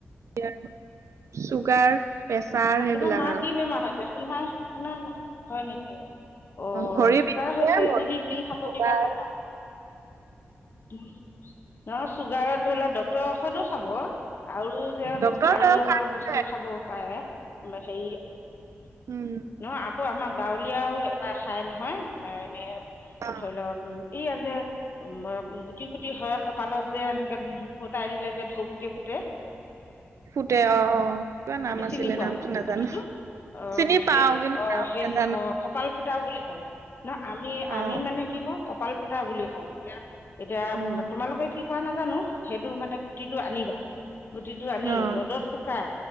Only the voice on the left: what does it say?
তোমাৰ মা
কি বেমাৰ হৈছে শুধাই শুনাই নাই হয় নেকি। অ'
চুগাৰ
হৈছে
যদি
কি খাব
দিবা দাদা নহ চুগাৰত। ধৰি লও ডক্তৰৰ ঔষধো খাব আৰু যে
আৰু
এটা
বস্তু খাব পাৰে। <unintelligible>
নহ আকৌ আমাৰ গাঁৱলীয়াও এটা ঠাই নহয় এনে।
ধৰি লওক এইয়া যে উ গুটি গুটি হয় কপালত যে এনেকে তাই। ছিলে যে ধপক ফুতে
সেইটো
চিনি পোৱা
গুটিটো অ',
মাহে
অ',
সেই
অ', কপাল ফুতা বুলি কওঁ, ন আমি আমি
মানে কি কৰো কপাল ফুটা বুলি কওঁ এতিয়া এতিয়া
তোমালোকে কি কোৱা নাজানো সেইটো মানে গুটিটো আনিবা গুটিটো আনি
ৰ'দত শুকাই